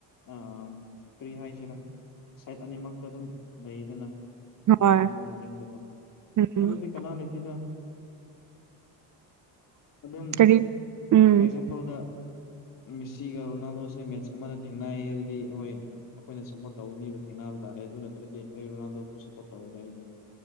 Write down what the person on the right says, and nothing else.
ꯍꯣꯏ
ꯎꯝ
ꯀꯔꯤ ꯎꯝ